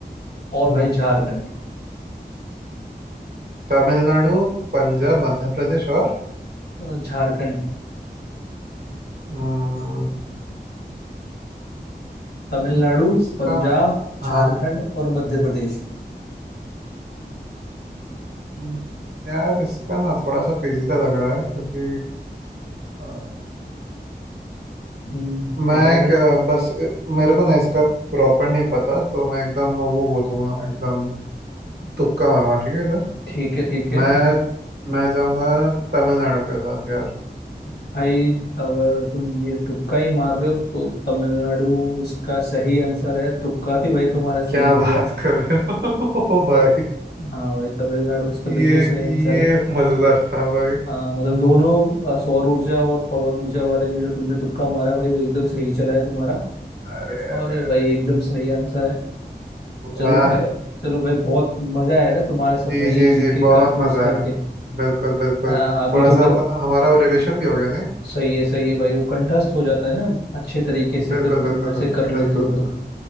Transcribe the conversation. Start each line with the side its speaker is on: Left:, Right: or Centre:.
Left: और
Right: हम्म
Left: भाई झारखंड
Right: तमिलनाडु पंजाब मध्य प्रदेश और
Left: अ, झारखंड
Right: हम्म,
Left: तमिलनाडु
Right: हम्म, इसका
Left: पंजाब
Right: हाँ
Left: झारखंड और मध्य प्रदेश
Right: हम्म, यार इसका ना थोड़ा सा पेचीदा लग रहा है क्योंकि अ,
Left: हम्म
Right: मैं
Left: बताओ
Right: एक
Left: भाई
Right: अ, बस अ, मेरे को ना इसका प्रॉपर नहीं पता तो मैं एकदम वो बोलूँगा एकदम तुक्का मारूंगा ठीक है
Left: ठीक है ठीक है
Right: मैं मैं जाऊंगा तमिलनाडु के साथ यार
Left: भाई अगर तुम ये तुक्का ही मार रहे हो तो तमिलनाडु इसका सही आंसर है तुक्का भी भाई तुम्हारा सही
Right: क्या
Left: हो
Right: बात
Left: गया
Right: कर रहे हो <laughs> ओ भाई
Left: हाँ भाई तमिलनाडु इसका बिल्कुल
Right: ये
Left: सही
Right: ये
Left: आंसर है
Right: मजेदार था भाई
Left: हाँ मतलब दोनों अ, सौर ऊर्जा और पवन ऊर्जा वाले में जो तुमने तुक्का मारा है भाई वो एकदम सही चला है तुम्हारा
Right: अरे अरे
Left: और ये भाई
Right: अरे
Left: एकदम सही आंसर है चलो
Right: वाह
Left: भाई चलो भाई बहुत मजा आया ना तुम्हारे साथ
Right: जी
Left: भाई
Right: जी
Left: ये जीके
Right: जी बहुत
Left: का क्विज
Right: मजा
Left: करके
Right: आया बिल्कुल बिल्कुल
Left: आ, अभी
Right: थोड़ा
Left: तो मैं
Right: सा हम, हमारा रिविजन भी हो गया नहीं
Left: सही है सही है भाई वो कंठस्थ हो जाता है ना अच्छे तरीके से
Right: बिल्कुल
Left: फिर
Right: बिल्कुल
Left: तुम ऐसे
Right: बिल्कुल
Left: कर लेते
Right: बिल्कुल
Left: हो तो
Right: बिल्कुल